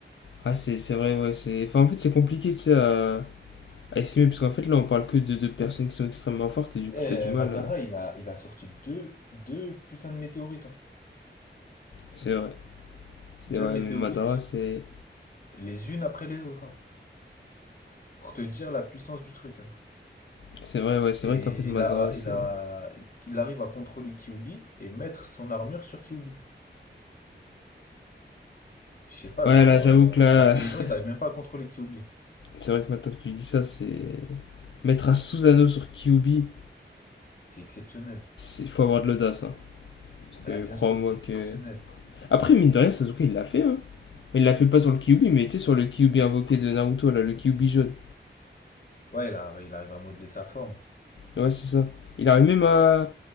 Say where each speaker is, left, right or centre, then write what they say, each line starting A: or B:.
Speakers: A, on the left; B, on the left.
A: Ah, c'est c'est vrai, ouais. c'est- Enfin, en fait, c'est compliqué, tu sais, à, à estimer, parce qu'en fait, là, on parle que de de personnes qui sont extrêmement fortes, et du
B: Eh,
A: coup, t'as du mal.
B: Madara,
A: euh,
B: il a, il a sorti deux, deux putains de météorites. hein.
A: C'est vrai. C'est
B: Deux
A: vrai,
B: météorites,
A: mais Madara, c'est.
B: les unes après les autres. hein, pour te dire la puissance du truc. hein.
A: C'est vrai, ouais, c'est
B: Et
A: vrai qu'en fait, Madara,
B: il a,
A: c'est.
B: il a, il arrive à contrôler Kyuubi et mettre son armure sur Kyuubi. Je sais pas,
A: Ouais,
B: genre,
A: là, j'avoue
B: euh,
A: que là.
B: alors que les
A: <laughs>
B: gens, ils arrivent même pas à contrôler Kyuubi.
A: C'est vrai que maintenant que tu dis ça, c'est. Mettre un Susanoo sur Kyuubi,
B: C'est exceptionnel.
A: il faut avoir de l'audace, hein. Parce
B: Bah,
A: que
B: bien
A: crois-moi
B: sûr, c'est exceptionnel.
A: que. Après, mine de rien, Sasuke, il l'a fait, hein. Il l'a fait pas sur le Kyuubi, mais tu sais, sur le Kyuubi invoqué de Naruto, là, le Kyuubi jaune.
B: Ouais, il, a- il arrive à modeler sa forme.
A: Ouais, c'est ça. Il arrive même à.